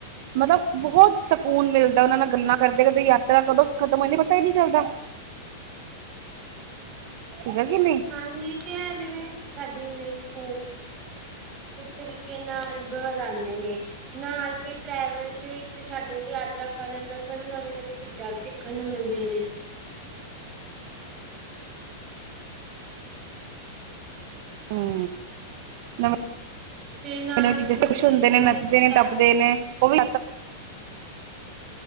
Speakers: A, on the right; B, on the right.
A: ਮਤਲਬ ਬਹੁਤ ਸਕੂਨ ਮਿਲਦਾ, ਉਹਨਾਂ ਨਾਲ ਗੱਲਾਂ ਕਰਦੇ ਕਰਦੇ ਯਾਤਰਾ ਕਦੋਂ ਖਤਮ ਹੋ ਜਾਂਦੀ, ਪਤਾ ਹੀ ਨਹੀਂ ਚੱਲਦਾ। ਠੀਕ ਆ ਕਿ ਨਹੀਂ
B: ਹਾਂਜੀ ਕੀ ਹੈ, ਜਿਵੇਂ ਸਾਡੀ ਸੋਚ ਇਸ ਤਰੀਕੇ ਨਾਲ ਵਧਾਉਂਦੇ ਨੇ। ਨਾਲ ਫਿਰ ਟਰੈਵਲ ਵੀ, ਸਾਡੀ ਯਾਤਰਾ ਕਰਨ ਨਾਲ ਸਾਨੂੰ ਨਵੀਂ ਨਵੀਂ ਚੀਜ਼ਾਂ, ਵੀ ਸਿੱਖਣ ਨੂੰ ਮਿਲਦੀਆਂ ਨੇ।
A: ਹਾਂ ਨ
B: ਤੇ ਨਾਲ
A: ਨਵੇਂ ਚੀਜਾਂ
B: ਉਸ ਨਾਲ
A: ਕੁਛ
B: ਫਿਰ
A: ਹੁੰਦੇ
B: ਜਿਵੇਂ
A: ਨੇ, ਨੱਚਦੇ
B: ਅਸੀਂ
A: ਨੇ
B: ਟੈ
A: ਟੱਪਦੇ ਨੇ, ਉਹ ਵੀ